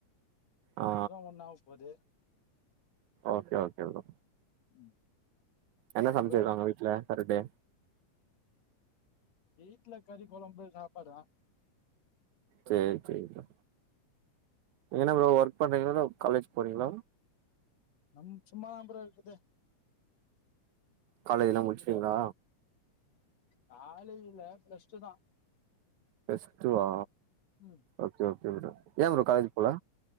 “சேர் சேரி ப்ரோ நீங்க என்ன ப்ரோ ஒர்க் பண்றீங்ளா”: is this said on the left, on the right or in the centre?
Right